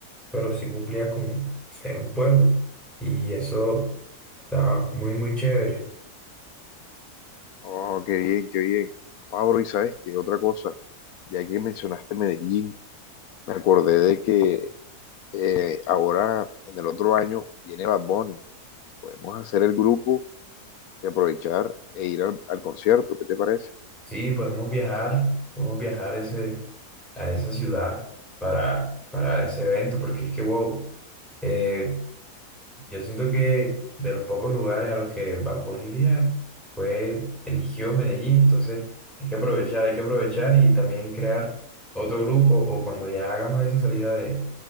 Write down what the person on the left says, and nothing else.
Oh, qué bien, qué bien. Ah, bro, y sabes qué, otra cosa, ya que mencionaste Medellín, me acordé de que eh, ahora en el otro año viene Bad Bunny. Podemos hacer el grupo y aprovechar e ir al, al concierto. ¿Qué te parece?